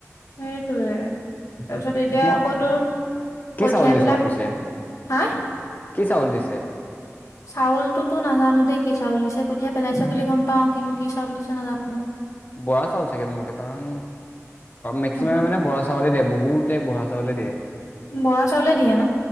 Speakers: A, on the left; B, on the left.
A: সেইটোৱে। তাৰপিছত এতিয়া
B: মই
A: আকৌ তোৰ-
B: কি
A: কঠিয়া
B: চাউল দিছ
A: বিলাক
B: পিছে
A: হাঁ
B: কি চাউল দিছে
A: চাউলটো তো নাজানো দেই। কি চাউল দিছে কঠিয়ীয়া পেলাইছে বুলি গম পাওঁ কিন্তু কি চাউল দিছে নাজানো।
B: বৰা চাউল চাগে মোৰতে। কাৰণ মেক্সিমাম
A: হ'ব
B: মানে
A: পাৰে
B: বৰা চাউলে দিয়ে বহুতে- বৰা চাউলে দিয়ে
A: বৰা চাউলে দিয়ে।